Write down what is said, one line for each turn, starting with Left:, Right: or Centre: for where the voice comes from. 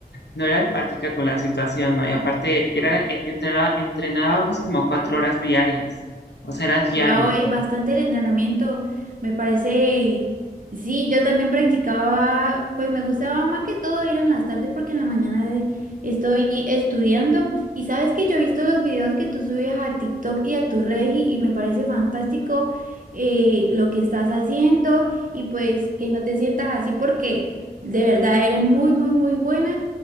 Left: no era empática con la situación, ¿no? Y aparte, era, e- entrenaba, entrenábamos como cuatro horas diarias, o sea, era diario.
Right: Wow, hay bastante el entrenamiento, me parece. Sí, yo también practicaba, pues me gustaba más que todo ir en las tardes porque en la mañana de- estoy estudiando. Y sabes que yo he visto los videos que tú subes a TikTok y a tu red y, y me parece fantástico eh, lo que estás haciendo y pues que no te sientas así porque de verdad eres muy, muy, muy buena.